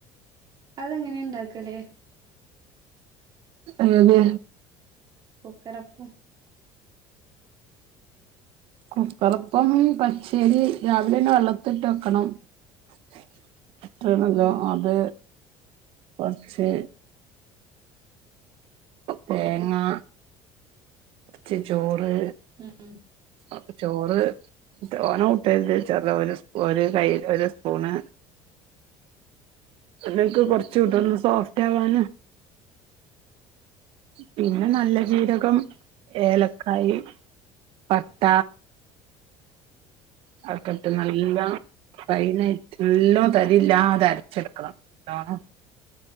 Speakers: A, on the right; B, on the right.
A: അതെങ്ങനെ ഇണ്ടാക്കല്
B: ഏത്
A: കുക്കറപ്പം
B: കുക്കറപ്പം പച്ചേരി രാവിലന്നെ വെള്ളത്തിലിട്ട് വെക്കണം. <unintelligible>
A: ഉം
B: അത് കൊറച്ച് തേങ്ങാ ച്ചി ചോറ്,
A: ഉം
B: അപ്പ ചോറ് ഓന <unintelligible> ചെറുതവന് സ് ഒരു കൈയി ഒരു സ്പൂണ് നിങ്ങ്ക്ക് കൊറ ചുടുന്ന
A: ഉം
B: സോഫ്റ്റ് ആവാന. പിന്നെ
A: ഉം
B: നല്ല ജീരകം, ഏലക്കായി, പട്ട. അതൊക്കെട്ട് നല്ല ഫയിനായി നല്ലോം തരില്ലാതെ അരച്ചെടുക്കണം അതാണ്